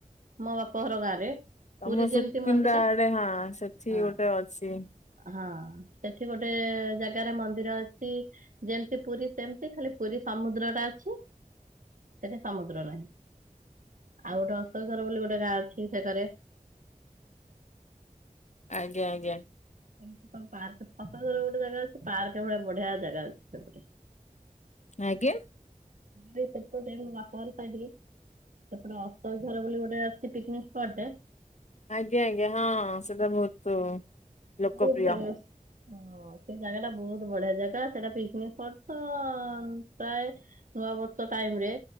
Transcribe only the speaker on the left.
ତମ
ସୁକିନ୍ଦା
ଆଡେ ହଁ ସେଠି
ଗୋଟେ ଅଛି
ଆଜ୍ଞା ଆଜ୍ଞା।
ଆଜ୍ଞା।
ଆଜ୍ଞା ଆଜ୍ଞା ସେଟା ବହୁତ ହଁ। ଲୋକପ୍ରିୟ।
<inaudible>